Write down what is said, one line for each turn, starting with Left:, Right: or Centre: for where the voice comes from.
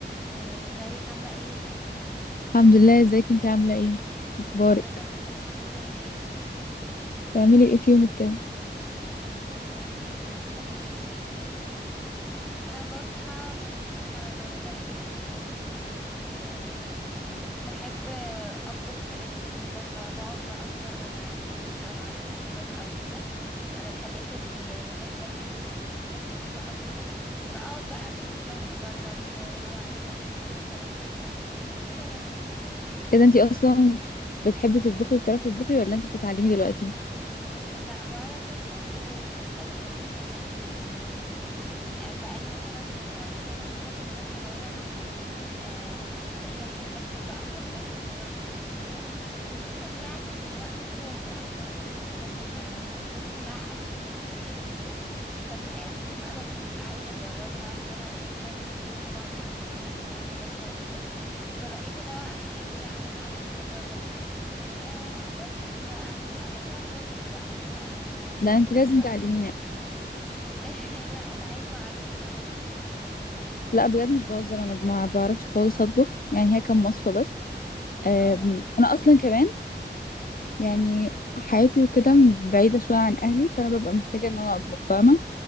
Centre: آه، ازيك عاملة ايه؟
Left: الحمد لله ازيك انتي عاملة ايه اخبارك
Centre: كله تمام الحمد لله
Left: بتعملي ايه في يومك كده
Centre: آه والله ما فيش يعني آه بصحى بشوف آه، ورايا ايه في اليوم وبحب آه، اطبخ حاجات جديدة فبقعد بقى اتفرج على الفيس او على التيك توك او كده على الحاجات اللي نازلة جديد وصفات جديدة او كده فاقعد بقى اشوف لو هجرب آه، لو عايزة النهاردة ما اعملش حاجة جديدة كده يعني
Left: ايه ده انتي اصلا بتحبي تطبخي وبتعرفي تطبخي ولا انتي بتتعلمي دلوقتي
Centre: لا بعرف اطبخ وفي نفس الوقت بتعلم حاجات جديدة يعني آه، بقالي مثلا كذا سنة كده من وانا في ثانوية عامة آه، بقيت احب ادخل بقى المطبخ واجرب حاجات جديده خصوصا يعني من وقت كورونا لان وقت كورونا ما كنا يعني محرومين بقى اكل كتير جدا ففي حاجات كتير بقى كنت ببقى عايزه اجربها حاجات عايزه اكلها في البيت طبعا مش عارفين نروح في اي حته وكده فبقيت اللي هو احب بقى ان انا ادخل واجرب وكده آه بس فمن وقتها وانا بطبخ بقى ف
Left: لا انتي لازم
Centre: دلوقتي
Left: تعلميني
Centre: <laughs> لا تعالي واعلمك على طول
Left: لا بجد مش بهزر انا ما بعرفش خالص اطبخ يعني هي كام وصفة بس أم،
Centre: اه
Left: انا اصلا كمان يعني
Centre: أمم.
Left: حياتي وكده بعيدة شوية عن اهلي فانا ببقى محتاجة ان انا اطبخ فاهمة